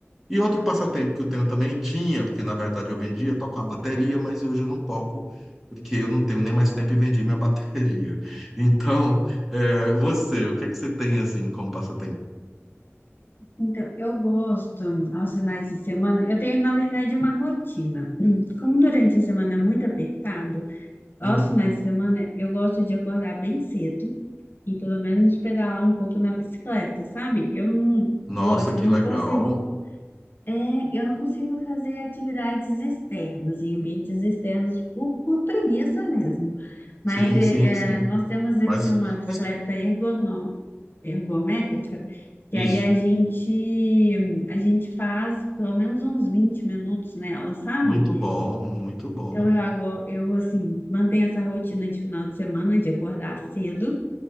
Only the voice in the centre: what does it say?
E outro passatempo que eu tenho também tinha, porque na verdade eu vendia, tocar bateria, mas hoje eu não toco, porque eu não tenho nem mais tempo e vendi minha <laughs> bateria. Então, é, você, o que é que você tem assim como passatempo?
Uhum.
Nossa,
que
legal.
Sim,
sim, sim.
Mas,
mas
isso.
Muito bom, muito bom.